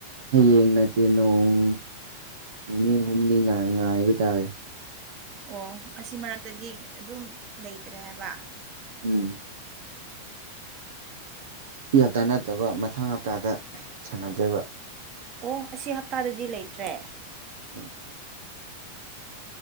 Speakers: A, on the right; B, on the right.
A: ꯍꯌꯦꯡ ꯅꯠꯇꯦ ꯅꯣꯡ ꯅꯤ ꯍꯨꯝꯅꯤ ꯉꯥꯏꯕ ꯇꯥꯔꯦ꯫
B: ꯑꯣ ꯑꯁꯤ ꯃꯔꯛꯇꯗꯤ ꯑꯗꯨꯝ ꯂꯩꯇ꯭ꯔꯦ ꯍꯥꯏꯕ
A: ꯎꯝ ꯇꯤꯑꯥ ꯇꯥꯅꯠꯇꯕ ꯃꯊꯪ ꯍꯞꯇꯥꯗ ꯁꯥꯟꯅꯗꯣꯏꯕ
B: ꯑꯣ ꯑꯁꯤ ꯍꯞꯇꯥꯗꯗꯤ ꯂꯩꯇ꯭ꯔꯦ
A: ꯎꯝ